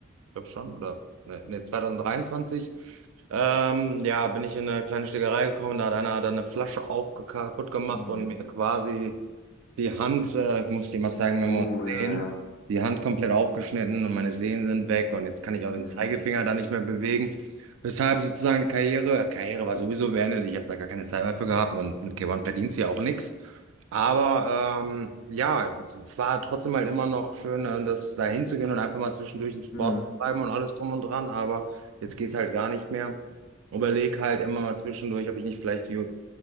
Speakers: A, on the right; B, on the left.
A: glaube schon, oder ne, ne, 2023. Ähm, ja, bin ich in eine kleine Schlägerei gekommen, da hat einer dann eine Flasche aufge- kaputt gemacht
B: Mm.
A: und mir quasi die Hand, äh, muss ich dir mal zeigen, wenn
B: Uh,
A: wir uns
B: ja,
A: sehen.
B: ja.
A: Die Hand komplett aufgeschnitten und meine Sehnen sind weg und jetzt kann ich auch den
B: Mm.
A: Zeigefinger da nicht mehr bewegen. Weshalb sozusagen die Karriere, Karriere war sowieso beendet. Ich habe da gar keine Zeit mehr für gehabt und mit K1 verdienst du ja auch nichts. Aber ähm, ja, es war trotzdem halt immer noch schön, äh, das da hinzugehen und einfach mal zwischendurch den Sport
B: Mm.
A: zu treiben und alles drum und dran. Aber jetzt geht's halt gar nicht mehr. Überleg halt immer mal zwischendurch, ob ich nicht vielleicht Ju-